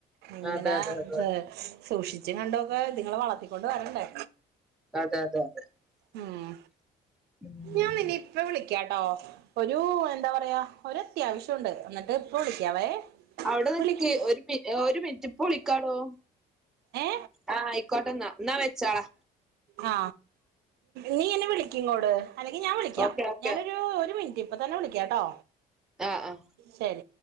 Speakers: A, on the right; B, in the centre.
A: ഇങ്ങനെ
B: അതെ അതെ അതെ
A: സെ സൂക്ഷിച്ചും കണ്ടും ഒക്കെ ഇത്ങ്ങളെ വളർത്തിക്കൊണ്ട് വരണ്ടേ
B: അതെ അതെ അതെ <inaudible>
A: ഉം
B: ഉം
A: ഞാൻ നിന്നെ ഇപ്പ വിളിക്കാട്ടോ ഒരു എന്താ പറയാ ഒരു അത്യാവശ്യം ഉണ്ട് എന്നിട്ട് ഇപ്പ വിളിക്കാവേ
B: അവിടെ നിക്ക്
A: വിളിക്ക്
B: ഒരു പി ഒരു മിനിറ്റ് ഇപ്പോ വിളിക്കാടോ
A: ഏ
B: ആ ആയിക്കോട്ടെന്നാ ന്നാ വെച്ചോളെ
A: ആ നീ എന്നെ വിളിക്കിങ്ങോട് അല്ലെങ്കിൽ ഞാൻ വിളിക്കാം
B: ഓക്കെ ഓക്കെ
A: ഞാനൊരു ഒരു മിനിറ്റ് റ്റ് ഇപ്പ തന്നെ വിളിക്കാട്ടോ
B: ആഹ ആഹ
A: ശരി